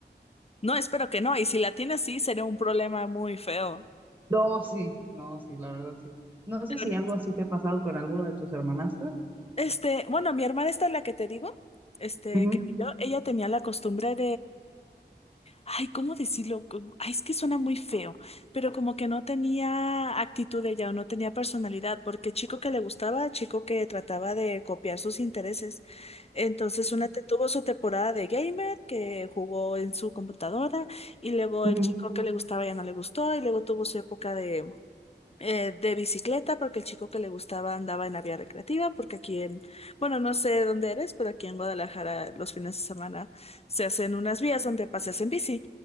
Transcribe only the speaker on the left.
no, espero que no. Y si la tiene así, sería un problema muy feo.
Pero,
Este, bueno, mi hermana esta, la que te digo, este,
que vivió, ella tenía la costumbre ay, ¿cómo decirlo? Como- Ay, es que suena muy feo, pero como que no tenía actitud ella o no tenía personalidad, porque chico que le gustaba, chico que trataba de copiar sus intereses. Entonces, una te- tuvo su temporada de gamer que jugó en su computadora, y luego
el
chico que le gustaba ya no le gustó, y luego tuvo su época de eh, de bicicleta, porque el chico que le gustaba andaba en la vía recreativa, porque aquí en, bueno, no sé dónde eres, pero aquí en Guadalajara los fines de semana se hacen unas vías donde paseas en bici